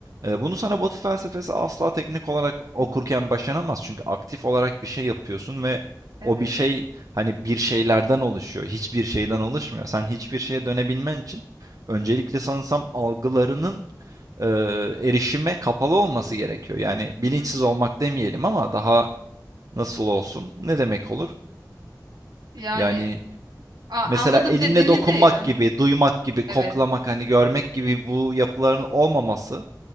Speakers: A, on the right (about 50°); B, on the right (about 70°).
A: e, bunu sana Batı felsefesi asla teknik olarak okurken
B: Evet,
A: başaramaz. Çünkü aktif olarak bir şey yapıyorsun ve
B: evet.
A: o bir şey hani bir şeylerden oluşuyor. Hiçbir şeyden oluşmuyor. Sen hiçbir şeye dönebilmen için Öncelikle sanırsam algılarının e, erişime kapalı olması gerekiyor. Yani
B: Hı
A: bilinçsiz
B: hı.
A: olmak demeyelim ama daha nasıl olsun? Ne demek olur?
B: Yani
A: Yani
B: a-
A: mesela
B: anladım
A: elimle
B: dediğini
A: dokunmak
B: de yani.
A: gibi, duymak gibi, koklamak
B: Evet.
A: hani görmek gibi bu yapıların olmaması